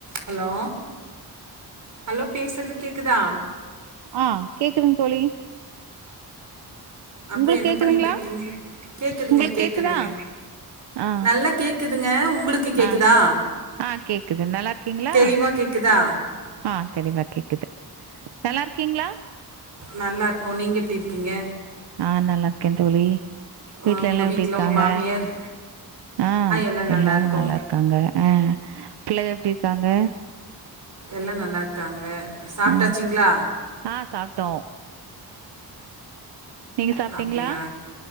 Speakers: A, on the right (about 50°); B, on the right (about 85°).
A: Hello hello பேசுறது கேக்குதா
B: ஆ கேக்குதுங் தோழி
A: அப்பற
B: உங்களுக்
A: என்ன
B: கேக்குதுங்ளா
A: பண்ணிட்ருக்கீங்க கேக்குதுங்க
B: உங்களுக்
A: கேக்குதுங்க
B: கேக்குதா ஆ
A: நல்லா கேக்குதுங்க உங்களுக்கு கேக்குதா
B: ஆ ஆ கேக்குது நல்லாருக்கீங்களா
A: தெளிவா கேக்குதா
B: ஆ தெளிவா கேக்குது நல்லாருக்கீங்களா
A: நல்லார்க்கோ நீங்க எப்புடி இருக்கீங்க
B: ஆ நல்லாக்கே தோழி
A: அ
B: வீட்ல
A: உங்க
B: எல்லா எப்டி இருக்காங்க
A: உங்க மாமியார்
B: ஆ
A: எல்லா நல்லா
B: எல்லாரு
A: இருக்கோ
B: நல்லாருக் காங்க ஆ பிள்ளைக எப்டி இருக்காங்க
A: எல்லா நல்லாருக்காங்க சாப்ட்டாச்சிங்களா
B: ஆ ஆ சாப்ட்டோ நீங்க சாப்ட்டீங்ளா
A: அப்டியா